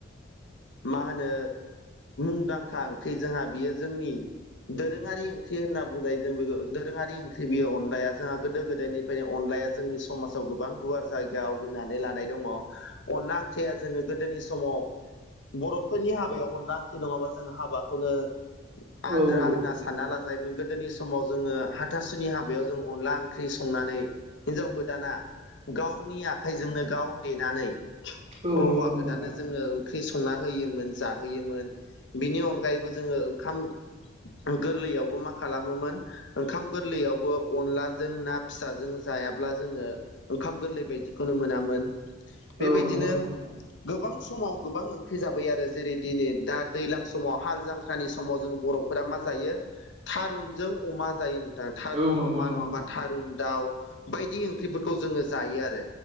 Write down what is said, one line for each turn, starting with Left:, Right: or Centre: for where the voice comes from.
Left: मा होनो मुंदांखा ओंख्रि जोंहा बियो जोंनि दोरोङारि ख्रि होनना बुंजायो जों <unintelligible> दोरोङारि ओंख्रि बेयो अनलाया जोंहा गोदो गोदायनिफ्रायनो अनलाया जोंनि समाजाव गोबां गुवार जायगा आवग्रिना दङ अनला ओंख्रिया जोङो गोदोनि समाव बर'फोरनि हाबायाव अनला ओंख्रि नङाबा जों हाबाखौनो
Right: औ
Left: आद्रा होनना सा सानना लाजायोमोन गोदोनि समाव जोङो हाथासुनि हाबायाव जों अनला ओंख्रि संनानै हिनजाव गोदाना गावनि आखाइजोंनो गाव नानै
Right: औ
Left: हौवा
Right: नंगौ नंगौ
Left: गोदाननो
Right: नोंथां
Left: जोङो ओंख्रि संना होयोमोन जाहोयोमोन बिनि अनगायैबो जोङो ओंखाम गोरलैयावबो मा खालामोमोन ओंखाम गोरलैयावबो अनलाजों ना फिसाजों जायाब्ला जोङो ओंखाम गोरलै बायदिखौनो मोनामोन बेबायदिनो
Right: औ नंगौ नंगौ नोंथां
Left: गोबां समाव गोबां ओंख्रि जाबाय आरो जेरै दिनै दा दैज्लां समाव हाल जांख्रानि समाव जों बरफ फोरा मा जायो थारुनजों अमा जायो नोंथां थारुन
Right: औ नंगौ
Left: अमा
Right: नंगौ
Left: नङाबा
Right: नोंथां
Left: थारुन दाउ बायदि ओंख्रिफोरखौ जोङो जायो आरो